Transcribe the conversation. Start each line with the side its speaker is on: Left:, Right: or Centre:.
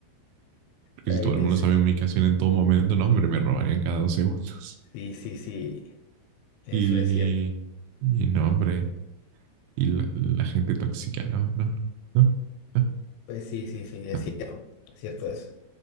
Right: Porque
Left: Ahí
Right: si todo
Left: dis-
Right: el mundo sabe mi ubicación en todo momento, no, hombre, me robarían cada dos segundos.
Left: Sí, sí, sí, eso
Right: Y,
Left: es cierto.
Right: y no, hombre. Y la, la gente tóxica, no, no, no, no, no,
Left: Pues sí, sí, sí, es
Right: no.
Left: cierto, es cierto eso.